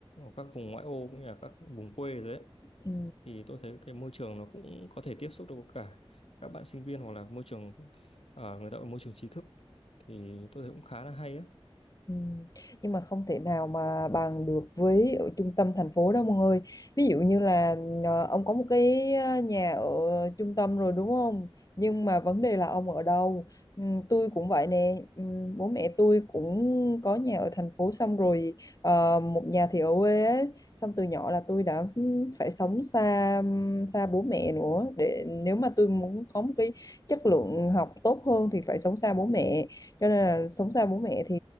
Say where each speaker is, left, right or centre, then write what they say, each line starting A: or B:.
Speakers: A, on the left; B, on the left.
A: các vùng ngoại ô cũng như là các vùng quê rồi đấy
B: ừ
A: thì tôi thấy cái môi trường nó cũng có thể tiếp xúc được với cả các bạn sinh viên hoặc là môi trường ở người ta ở môi trường trí thức thì tôi thấy cũng khá là hay á
B: Ừ. Nhưng mà không thể nào mà bằng được với ở trung tâm thành phố đâu mọi người. Ví dụ như là ờ, ông có một cái ờ, nhà ở trung tâm rồi đúng không? Nhưng mà vấn đề là ông ở đâu? Ừ, tôi cũng vậy nè. Ừ, bố mẹ tôi cũng có nhà ở thành phố xong rồi ờ, một nhà thì ở quê ấy. Xong từ nhỏ là tôi đã phải sống xa xa bố mẹ nữa để nếu mà tôi muốn có một cái chất lượng học tốt hơn thì phải sống xa bố mẹ cho nên là sống xa bố mẹ thì